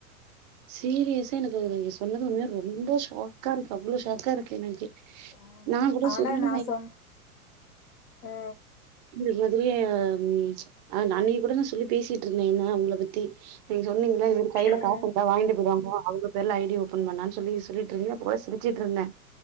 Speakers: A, on the right (about 30°); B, on the left (about 80°).
A: சீரியஸா எனக்கு சொன்னது உண்மையே ரொம்ப ஷாக்கா இருக்கு அவ்வளோ ஷ கா இருக்கு எனக்கே
B: ஆமா
A: நா கூட
B: ஆனா
A: சொல்லி
B: நான்
A: நா
B: சொன் ஆ
A: இதுக்கு மதிரியே ஹ அன்னைகு கூட நா சொல்லி பேசிட்டு இருந்த என்ன உங்கள பத்தி நீங்க சொன்னீங்கல்ல இந்த மாரி கையில
B: ஆ
A: காச இருந்தா வாங்கிட்டு போய்டுவாங்க அவங்க பேருல ஐடி ஓபன் பண்ணான்னு சொல்லி சொல்லிட்டுருந்தீங்கன்ன போ சிரிச்சிட்டு இருந்த